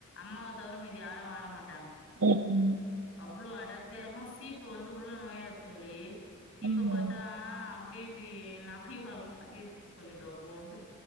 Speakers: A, on the left; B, on the right.
A: அம்மாவ தவர மீதி யாரு வாரமாட்
B: ம் ம்
A: வ்ளோ அடர்த்தியா இருக்கு சீப் பு வந்து உள்ள நோயாத் தோழி இப்ப
B: ம்.
A: பாத்தா அப் டி இப்டி நாய்வால் மாரி இருக்கு சொல்லிர்றா ஓண்டு